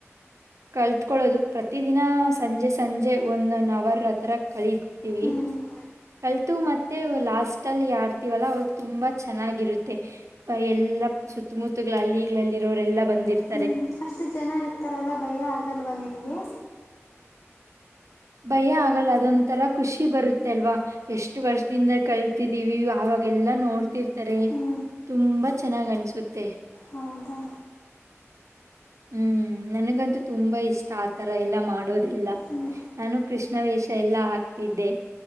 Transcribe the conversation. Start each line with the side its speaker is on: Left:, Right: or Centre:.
Right: ಕಲ್ತ್ಕೊಳ್ಳೋದು ಪ್ರತಿ ದಿನ ಸಂಜೆ ಸಂಜೆ ಒಂದ ಒನ್ ಅವರ್ ಹತ್ರರ ಕಲತಿೀವಿ
Left: ಹ್ಞೂ
Right: ಕಲ್ತು ಮತ್ತೆ ಲಾಸ್ಟ್ ಅಲ್ಲಿ ಯಡ್ತವಲ್ಲ ಅವ್ರಗ್ ತುಂಬಾ ಚೆನ್ನಾಗಿರುತ್ತೆ ಎಲ್ಲ ಸುತ್ತಮುತ್ತಗಳ ಅಲ್ಲಿಗ್ಗಳಲ್ಲಿ ಇರೋರೆಲ್ಲಾ ಬಂದಿರ್ತ
Left: ಹ್ಮ ಅಷ್ಟು ಜನ ಇರ್ತಾರಲ್ಲ ಭಯ ಆಗ ಗಲ್ವಾ ನಿನ್ಗೆ
Right: ಭಯ ಆಗಲ್ಲ ಅದೊ್ ತರ ಖುಷಿ ಬರುತ್ತೆ ಅಲ್ವಾ ಎಷ್ಟು ವರ್ಷದಿಂದ ಕಲ್ತಿದ್ದೀವಿ ಅವಾಗೆಲ್ಲಾ ನೋಡ್ತಿರ್ತಾರೆ
Left: ಹ್ಞೂ
Right: ತುಂಬಾ ಚೆನ್ನಾಗ್ ಅನ್ಸುತ್ತೆ
Left: ಹೌದಾ
Right: ಹ್ಮ್ ನನಗಂತೂ ತುಂಬಾ ಇಷ್ಟ ಆತರ ಎಲ್ಲಾ ಮಾಡೋದೆಲ್ಲ
Left: ಹ್ಞೂ
Right: ನಾನು ಕೃಷ್ಣ ವೇಷ ಎಲ್ಲಾ ಹಾಕ್ತಿದ್ದೆ